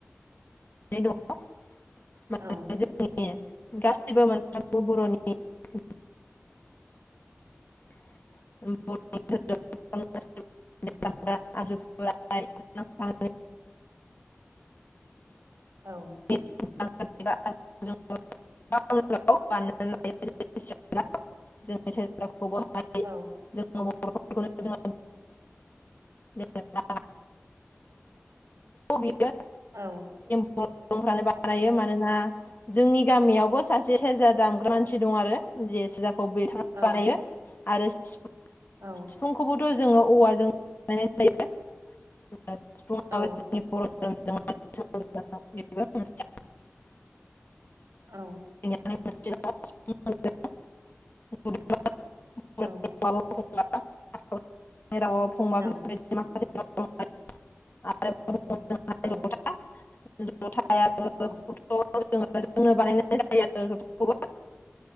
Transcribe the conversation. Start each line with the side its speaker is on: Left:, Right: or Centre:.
Left: द <unintelligible>
Right: औ
Left: गासिबो मोन फ्रोमबो बर' नि <unintelligible> <unintelligible> <unintelligible>
Right: औ।
Left: <unintelligible> जों सेर जा खौ <unintelligible> हा नाय।
Right: औ।
Left: जों <unintelligible> खौनो <unintelligible> जोङो जो <unintelligible> बियो
Right: औ।
Left: <unintelligible> बानायो मानोना जोंनि गामियावबो सासे सेरजा दामग्रा मानसि दं आरो जे सेरजाखौ बिथाङा
Right: औ
Left: बानायो आरो सिफुं <unintelligible>
Right: औ
Left: सिफुंखौ बोथ' जोङो औवाजों बानायनाय जायो
Right: औ
Left: <unintelligible> <unintelligible>
Right: औ।
Left: <unintelligible> <unintelligible> रावाव फंबा
Right: औ
Left: बेफोर <unintelligible>
Right: औ
Left: बायदि माखासे <inaudible>
Right: औ
Left: <inaudible> जोंनो
Right: औ
Left: बानायनाय जायो जथाखौबो